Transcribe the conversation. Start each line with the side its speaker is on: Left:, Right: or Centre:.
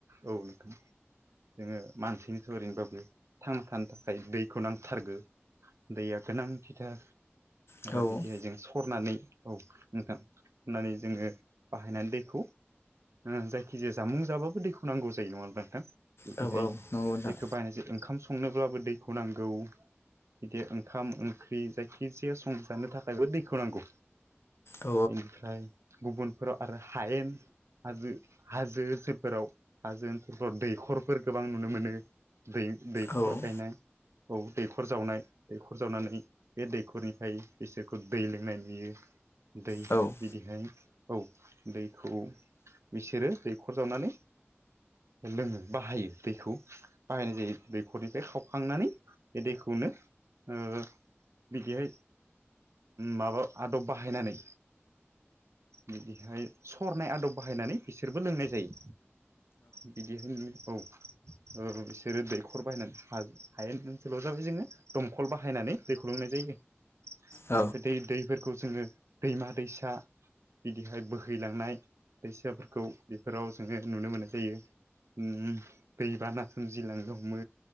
Right: औ नोंथां जोङो मानसिनि थाखाय ओरैनोबाबो थांना थानो थाखाय दैखौ नांथारगौ दैया गोनांथिथार ओ
Left: औ
Right: बिदिहाय जों स सरनानै औ नोंथां हरनानै जोङो बाहायनानै दैखौ ओ जायखिजाया जामुं जाबाबो दैखौ नांगौ जायो नङाहोनब्ला नोंथां बिदिहाय
Left: औ औ नंगौ नोंथां
Right: दैखौ बायनाजों ओंखाम संनोब्लाबो दैखौ नांगौ बिदि ओंखाम ओंख्रि जायखिजाया संजानो थाखायबो दैखौ नांगौ
Left: औ
Right: बेनिफ्राय गुबुनफोराव आरो हायेन हाजो हाजो ओनसोलफोराव हाजो ओनसोलफोराव दैखर फोर गोबां नुनो मोनो दै दैखर
Left: औ
Right: गायनाय औ दैखर जावनाय दैखर जावनानै बे दैखरनिफ्राय बिसोरखौ दै लोंनाय नुयो दै
Left: औ
Right: बिदिहाय औ दैखौ बिसोरो दैखर जावनानै लोङो बाहायो दैखौ बाहायनाय जायो दैखरनिफ्राय खावखांनानै बे दैखौनो ओ बिदिहाय माबा आदब बाहायनानै बिदिहाय सरनाय आदब बाहायनानै बिसोरबो लोंनाय जायो बिदि होननि औ ओ बिसोरो दैखर बाहायनानै हाज हायेन ओनसोलाव जाबाय जोङो दमखल बाहायनानै नै दैखौ लोंनाय जायो
Left: औ
Right: ओफ्राय दै दैफोरखौ जोङो दैमा दैसा बिदिहाय बोहैलांनाय दैसाफोरखौ बेफोराव जोङो नुनो मोननाय जायो उ दैबाना सोमजिलांनो हमो